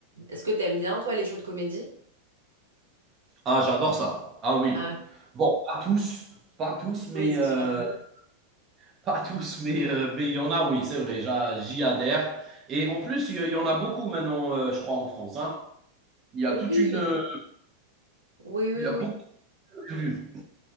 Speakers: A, on the right (about 70°); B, on the right (about 25°).
A: Est-ce que t'aimes bien, toi, les shows de comédie?
B: Ah, j'adore ça. Ah oui.
A: Ah ouais.
B: Bon, pas tous, pas tous, mais
A: Oui, c'est
B: euh,
A: sûr. <laughs>
B: <laughs> pas tous, mais euh, mais il y en a, oui, c'est vrai, j'a- j'y adhère. Et en plus, il y il y en a beaucoup maintenant, euh, je crois, en France, hein. Il y
A: Oui,
B: a toute une, euh,
A: oui, oui,
B: il y a
A: oui.
B: beaucoup de vues.